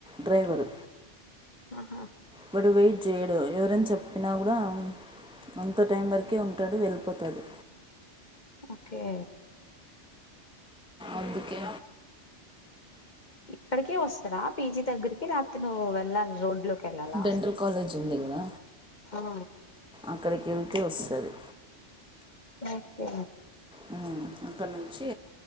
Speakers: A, in the centre; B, on the left (about 40°).
A: డ్రైవరు
B: ఆహ
A: వాడు వెయిట్ చేయడు ఎవరెన్ చెప్పినా కూడా అంత టైం వరకే ఉంటాడు వెళ్ళిపోతాడు
B: ఓకే
A: అందుకే
B: ఇక్కడికె వస్తడా పీజి దగ్గరికి రాత్రినే గదా వెళ్ళాలి రోడ్ లోకి వెళ్ళాలా
A: డెంటల్ కాలేజ్ ఉంది కదా
B: ఆ
A: అక్కడికి వె తే వస్తది
B: ఓకె
A: హ్మ్మ్ అక్కడ నుంచి